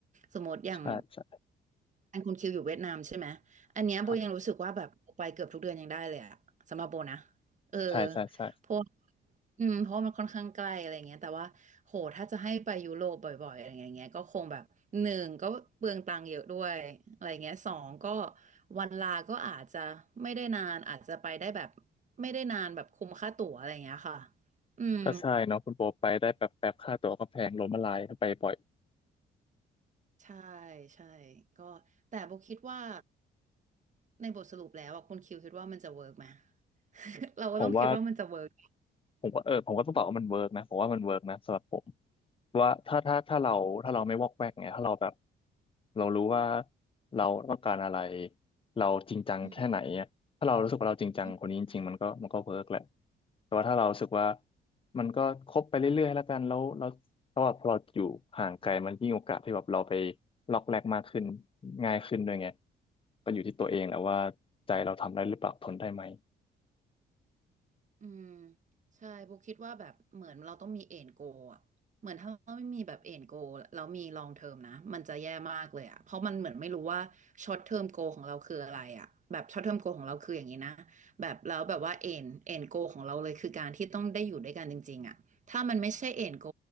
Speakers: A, on the right (about 40°); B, on the left (about 25°).
A: สมมติอย่าง
B: ใช่ใช่
A: อันคุณคิวอยู่เวียดนามใช่ไหม อันเนี้ยโบยังรู้สึกว่าแบบไปเกือบทุกเดือนยังได้เลยอะสำหรับโบนะ
B: ครับ
A: เออ
B: ใช่ใช่ใช่
A: เพราะอืมเพราะวมันค่อนข้างใกล้อะไรเงี้ยแต่ว่าโหถ้าจะให้ไปยุโรปบ่อยๆอะไรเงี้ยก็คงแบบหนึ่งก็เปลืองตังค์เยอะด้วยอะไรเงี้ยสองก็วันลาก็อาจจะไม่ได้นานอาจจะไปได้แบบไม่ได้นานแบบคุ้มค่าตั๋วอะไรเงี้ยค่ะอืม
B: ก็ใช่เนาะคุณโบไปได้แป๊บแป๊บค่าตั๋วก็แพงล้มละลายไปบ่อย
A: ใช่ใช่ก็แต่โบคิดว่าในบทสรุปแล้วอะคุณคิวคิดว่ามันจะเวิร์กไหม <laughs> เราก็ต้องคิดว่ามันจะเวิร์ก
B: ผมว่า ผมก็เออผมก็ต้องตอบว่ามันเวิร์กนะผมว่ามันเวิร์กนะสำหรับผมว่าถ้าถ้าถ้าเราถ้าเราไม่วอกแวกไงถ้าเราแบบเรารู้ว่าเราต้องการอะไรเราจริงจังแค่ไหนอะถ้าเรารู้สึกว่าเราจริงจังคนนี้จริงๆมันก็มันก็เวิร์กแหละ
A: อืมอืม
B: แต่ว่าถ้าเรารู้สึกว่ามันก็คบไปเรื่อยๆแล้วกันแล้วแล้วแล้วแบบพอเราอยู่ห่างไกลมันยิ่งโอกาสที่แบบเราไปล็อกแรกมากขึ้นง่ายขึ้นด้วยไงก็อยู่ที่ตัวเองแหละว่าใจเราทำได้หรือเปล่าทนได้ไหม
A: อืมใช่โบคิดว่าแบบเหมือนเราต้องมีเอ็นโกอะเหมือนถ้าเราไม่มีแบบเอ็นโกแล้วมีลองเทอมนะ มันจะแย่มากเลยอะเพราะมันเหมือนไม่รู้ว่าช็อตเทอมโกของเราคืออะไรอะแบบช็อตเทอมโกของเราคืออย่างนี้นะแบบแล้วแบบว่าเอ็นเอ็นโกของเราเลยคือการที่ต้องได้อยู่ด้วยกันจริงๆอะถ้ามันไม่ใช่เอ็นโก